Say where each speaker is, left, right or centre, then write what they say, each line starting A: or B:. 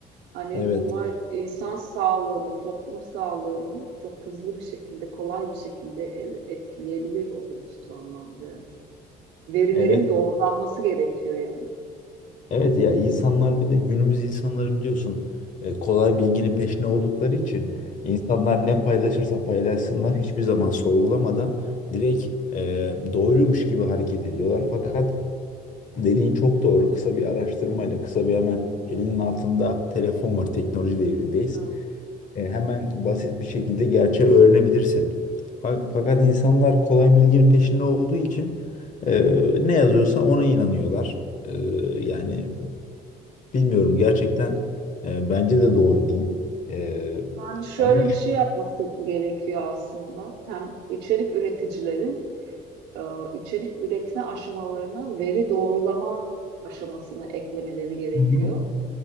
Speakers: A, on the right; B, on the left.
A: Hani
B: Evet.
A: bunlar insan sağlığını, toplum sağlığını çok hızlı bir şekilde, kolay bir şekilde el- etkileyebilir olumsuz anlamda yani çok. Verilerin
B: Evet.
A: doğrulanması gerekiyor yani.
B: Evet ya insanlar bir de günümüz insanları biliyorsun e, kolay bilginin peşine oldukları için insanlar ne paylaşırsa paylaşsınlar hiçbir zaman sorgulamadan direkt e, doğruymuş gibi hareket ediyorlar. Fakat dediğin çok doğru. Kısa bir araştırmayla kısa bir hemen elinin altında telefon var. Teknoloji devrindeyiz.
A: Evet.
B: E, hemen basit bir şekilde gerçeği öğrenebilirsin. Fa- Fakat insanlar kolay bilginin peşinde olduğu için e, ne yazıyorsa ona inanıyorlar. E, yani bilmiyorum gerçekten e, bence de doğru değil. E,
A: Yani şöyle
B: ama
A: bir şey yapması gerekiyor aslında. Hem içerik üreticilerin e, içerik üretme aşamalarına veri doğrulama aşamasını eklemeleri gerekiyor.
B: Hı hı.